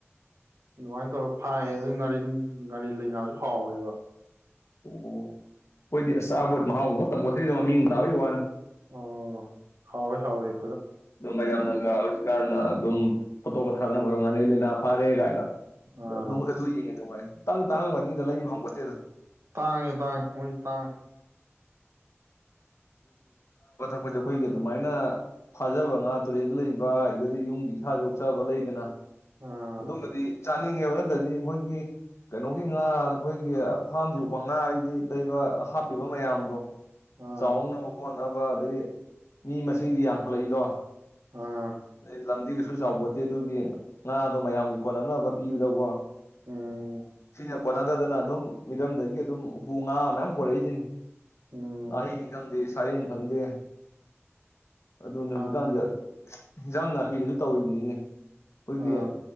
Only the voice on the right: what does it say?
ꯑꯗꯨꯃꯥꯏꯅ ꯇꯧꯔꯒ ꯐꯥꯏꯌꯦ ꯑꯗꯨ ꯉꯥꯔꯤ ꯉꯥꯔꯤ ꯂꯩꯉꯁꯨ ꯍꯥꯎꯋꯦꯕ
ꯑꯣ ꯍꯥꯎꯣꯏ ꯍꯋꯦ
ꯑꯥ
ꯇꯥꯡꯉꯦ ꯇꯥꯡꯉꯦ ꯃꯣꯏꯁꯦ ꯇꯥꯡꯉꯦ
ꯑꯥ
ꯑꯥ
ꯑꯥ
ꯎꯝ
ꯎꯝ
ꯃꯥꯅꯦ
ꯃꯥꯅꯦ
ꯑꯥ